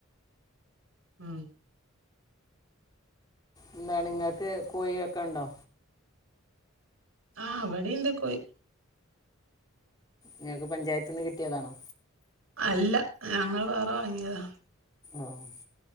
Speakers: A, on the right; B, on the left.
A: ആഹ്
B: എന്താണ് ഇങ്ങക്ക് കോഴിയൊക്കെയുണ്ടോ?
A: ആഹ് വടിണ്ട് കോഴ്
B: നിങ്ങൾക്ക് പഞ്ചായത്ത്ന്ന് കിട്ടിയതാണോ?
A: അല്ല. ഞങ്ങൾ വേറെ വാങ്ങിയതാ.
B: ആഹ്